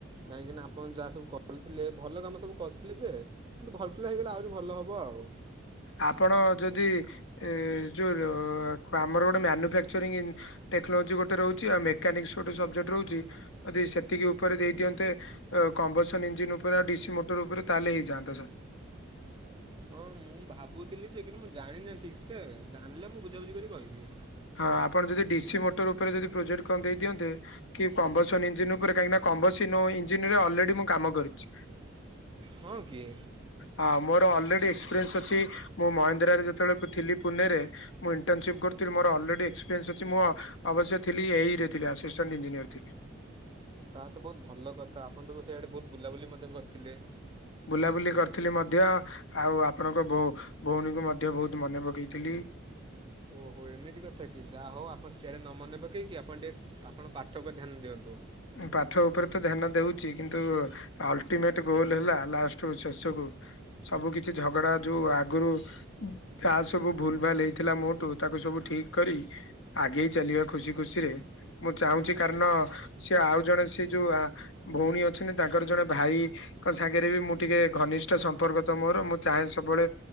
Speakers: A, on the right; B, on the left.
A: କାହିଁକିନା ଆପଣ ଯାହା ସବୁ କରୁଥିଲେ ଭଲ କାମ ସବୁ କରିଥିଲେ ଯେ କିନ୍ତୁ ଭଲ ପିଲା ହେଇଗଲେ ଆହୁରି ଭଲ ହବ ଆଉ।
B: ଆପଣ ଯଦି ଏ ଯୋଉ ଆମର ଗୋଟେ ମାନୁଫାକ୍ଚରିଂ ଟେକ୍ନୋଲୋଜି ଗୋଟେ ରହୁଚି ଆଉ ମେକାନିକ୍ସ ଗୋଟେ ସବଜେକ୍ଟ ରହୁଚି ଯଦି ସେତିକି ଉପରେ ଦେଇ ଦିଅନ୍ତେ କମ୍ବସନ ଇଞ୍ଜିନ ଉପରେ ଆଉ ଡିସି ମୋଟର ଉପରେ ତାହେଲେ ହେଇଯାନ୍ତା ସାର୍।
A: ହଁ ମୁଁ ଭାବୁଥିଲି ଯେ କିନ୍ତୁ ମୁଁ ଜାଣିନି ଠିକ ସେ ଜାଣିଲେ ମୁଁ ବୁଝାବୁଝି କରି କହିବି।
B: ହଁ ଆପଣ ଯଦି ଡିସି ମୋଟର ଉପରେ ଯଦି ପ୍ରୋଜେକ୍ଟ କଣ ଦେଇ ଦିଅନ୍ତେ କି କମ୍ବସନ ଇଞ୍ଜିିନ ଉପରେ କାହିଁକିନା କମ୍ବସିନ ଇଞ୍ଜିିନରେ ଅଲରେଡି ମୁଁ କାମ କରିଛି।
A: ହଁ କି।
B: ହଁ ମୋର ଅଲରେଡି ଏକ୍ସପିରିଏନ୍ସ ଅଛି ମୁଁ ମହେନ୍ଦ୍ରାରେ ଯେତେବେଳେ ଥିଲି ପୁନେରେ ମୁଁ ଇଣ୍ଟନସିପ କରିଥିଲି ମୋର ଅଲରେଡି ଏକ୍ସପିରିଏନ୍ସ ଅଛି ମୁଁ ଅବଶ୍ୟ ଥିଲି ଏଇରେ ଥିଲି ଆସିଷ୍ଟାଣ୍ ଇ୍ଜିନିୟର ଥିଲି।
A: ତାହା ତ ବୋହୁତ ଭଲ କଥା ଆପଣ ତ ସେଇଆଡେ ବୋହୁତ ବୁଲାବୁଲି ମଧ୍ୟ କରିଥିଲେ।
B: ବୁଲାବୁଲି କରିଥିଲି ମଧ୍ୟ ଆଉ ଆପଣଙ୍କ ଭଉ ଭଉଣୀଙ୍କୁ ମଧ୍ୟ ବୋହୁତ ମନେ ପକେଇଥିଲି।
A: ଓ ହୋ ଏମିତି କଥା କି ଯାହା ହଉ ଆପଣ ସିଆଡ଼େ ନ ମନେ ପକେଇ କି ଆପଣ ଟିକିଏ ଆପଣ ପାଠକୁ ଧ୍ୟାନ ଦିଅନ୍ତୁ।
B: ପାଠ ଉପରେ ତ ଧ୍ୟାନ ଦଉଚି କିନ୍ତୁ। ଅଲଟିମେଟ ଗୋଲ ହେଲା ଲାଷ୍ଟ ଶେଷ କୁ ସବୁ କିଛି ଝଗଡା ଯୋଉ ଆଗରୁ ଯାହା ସବୁ ଭୁଲ ଭାଲ ହେଇଥିଲା ମୋଠୁ ତାକୁ ସବୁ ଠିକ କରି‌। ଆଗେଇ ଚାଲିବା ଖୁସି ଖୁସିରେ ମୁଁ ଚାହୁଁଚି କାରଣ। ସେ ଆଉ ଜଣେ ସେ ଯୋଉ ଆଉ ଭଉଣୀ ଅଛନ୍ତି ତାଙ୍କର ଜଣେ ଭାଇ। କ ସାଙ୍ଗରେ ବି ମୁଁ ଟିକେ ଘନିଷ୍ଠ ସମ୍ପର୍କ ତ ମୋର ମୁଁ ଚାହେଁ ସବୁବେଳେ